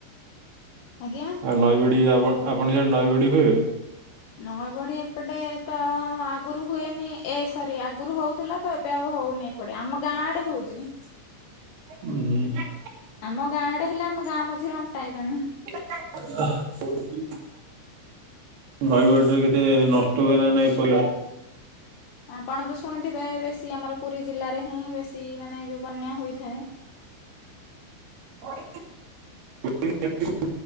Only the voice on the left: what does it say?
ଆଜ୍ଞା?
ନଈ ବଢି ଏପଟେ ତ ଆଗୁରୁ ହୁଏନି ଏସ୍ ସରି ଆଗରୁ ହଉଥିଲା ତ ଏବେ ଆଉ ହଉନି ଏପଟେ ଆମ ଗାଁ ଆଡେ ହଉଛି।
ଆମ ଗାଁ ଆଡେ ହେଲେ ଆମ ଗାଁ ମଝିରେ ଅଣ୍ଟାଏ ପାଣି।
ଆପଣ ତ ଶୁଣିଥିବେ ବେଶୀ ଆମର ପୁରୀ ଜିଲ୍ଲାରେ ହିଁ ବେଶୀ ମାନେ ଯୋଉ ବନ୍ୟା ହୋଇଥାଏ।